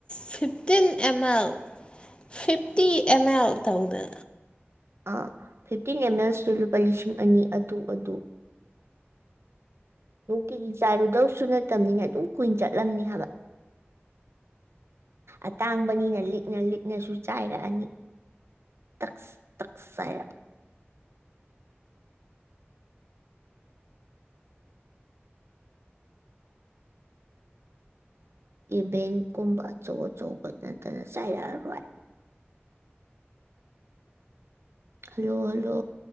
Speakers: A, on the left; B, on the right.
A: fifteen M L fifty ꯑꯦꯃꯦꯜ ꯇꯧꯗ
B: ꯑꯥ ꯐꯤꯞꯇꯤꯟ ꯑꯦꯝ ꯑꯦꯜ ꯁꯨꯂꯕ ꯂꯤꯁꯤꯡ ꯑꯅꯤ ꯑꯗꯨ ꯑꯗꯨ ꯅꯨꯡꯇꯤꯒꯤ ꯆꯥꯏꯔꯨꯗꯧꯁꯨ ꯅꯠꯇꯕꯅꯤꯅ ꯑꯗꯨꯝ ꯀꯨꯏꯟ ꯆꯠꯂꯝꯅꯤ ꯍꯥꯏꯕ ꯑꯇꯥꯡꯕꯅꯤꯅ ꯂꯤꯛꯅ ꯂꯤꯛꯅꯁꯨ ꯆꯥꯏꯔꯛꯑꯅꯤ ꯇꯛꯁ ꯇꯛꯁ ꯆꯥꯏꯔꯛ ꯏꯚꯦꯟ ꯀꯨꯝꯕ ꯑꯆꯧ ꯑꯆꯧꯕꯗ ꯅꯠꯇꯅ ꯆꯥꯏꯔꯛꯑꯔꯣꯏ ꯍꯜꯂꯣ ꯍꯜꯂꯣ